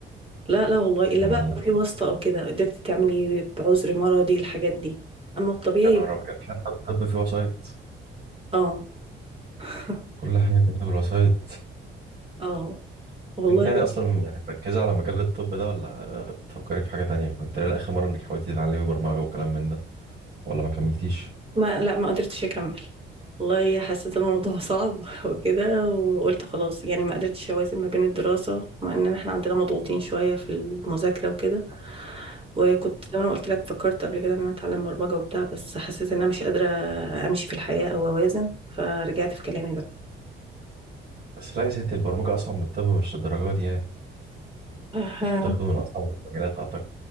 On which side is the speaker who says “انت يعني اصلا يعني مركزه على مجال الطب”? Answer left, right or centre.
Right